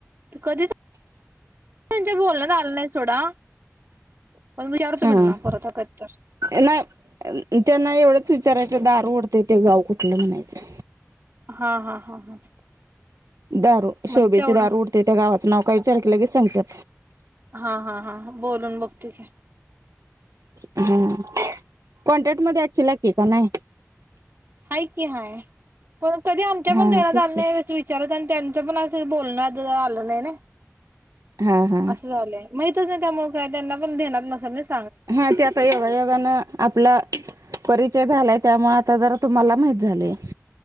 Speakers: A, on the right (about 45°); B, on the right (about 85°).
A: कधी त्यांच्या बोलण्यात आलं नाही सोडा. पण विचारू तुम्ही
B: हा
A: नाव परत एकदा तर
B: नाही त्यांना एवढंच विचारायचं दार ओढतंय ते गाव कुठलं म्हणायचं.
A: हा हा हा हा.
B: दारू
A: मग
B: शोभेचे
A: तेवढं
B: दारू उडते त्या गावाचं नाव काय विचार की लगेच सांगतात.
A: हा हा हां बोलून बघते का.
B: हा कॉन्ट्रॅक्ट मध्ये याची लाकी का नाही.
A: हाय की हय पण कधी आमच्या
B: हा
A: पण देवास
B: तेच
A: अन्याय.
B: की
A: चल त्यांचं पण असं बोलणं झाल नाही ना
B: हा हा
A: असं झालंय. माहितच नाही त्यामुळे काय त्यांना पण देणार ना सर्व्हीस.
B: हा ते आता योगायोगान. आपला परिचय झालाय त्यामुळे आता जरा तुम्हाला माहीत झाले हे.